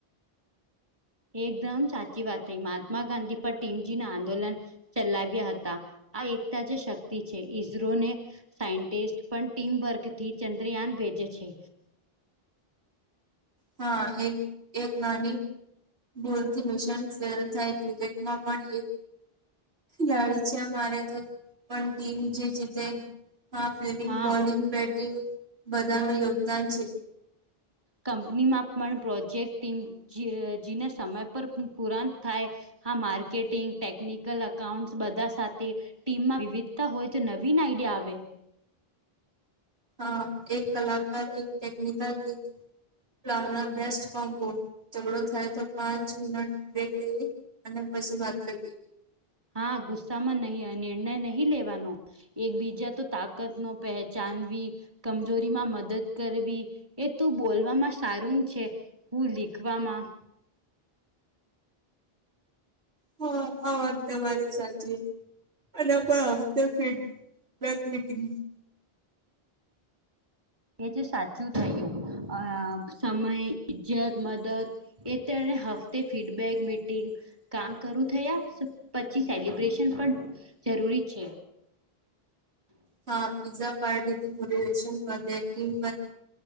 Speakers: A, on the right; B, on the right.
A: એકદમ સાચી વાત થઈ મહાત્મા ગાંધી પર ટીમજી ના આંદોલન ચલાવ્યા હતા આ એકતા જે શક્તિ છે, ઈઝરોને સાયન્ટિસ્ટ પણ ટીમ વર્કથી ચંદ્રયાન ભેજે છે.
B: હા એક એક નાની બોલથી <unintelligible> ક્રિકેટમાં પણ એ ખેલાડી છે, અમારે તો પણ ટીમ જે જીતે હા ફિલ્ડિંગ
A: હા
B: બોલિંગ બેટિંગ બધાનું યોગદાન છે
A: કંપનીમાં પણ પ્રોજેક્ટીગ જે જીને સમય પર પુરાન થાય હા માર્કેટિંગ ટેકનિકલ અકાઉન્ટસ બધા સાથે ટીમમાં વિવિધતા હોય જ નવીન આઈડિયા આવે
B: હ એક કલાકાર એક ટેકનિકલ એક <unintelligible> ઝગડો થાય તો પાંચ મિનટ <unintelligible> લઈ અને પછી વાત કરવી
A: હાં ગુસ્સામાં નહી નિર્ણય આ નહીં લેવાનુ એકબીજા તો તાકતનો પહેચાનવી કમજોરીમાં મદદ કરવી એ તું બોલવામાં સારું છે. હું લીખવામાં
B: હ આ વાત તમારી સાચી અને <unintelligible> મીટંગ
A: એ જે સાચું થયું અ સમય ઈજ્જત મદદ એ તો એને હફતે ફીડબેક મીટિંગ કામ કરું થયા પછી સેલિબ્રેશન પણ જરૂરી છે
B: હા પિઝા પાર્ટીથી